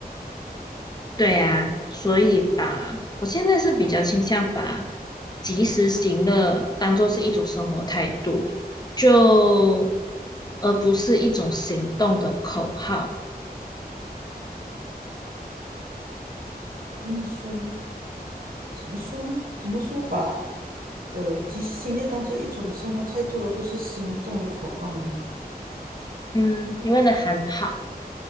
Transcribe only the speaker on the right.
怎么说？怎么说呢？怎么说把呃及时行乐当做一种生活态度，而不是行动的口号呢？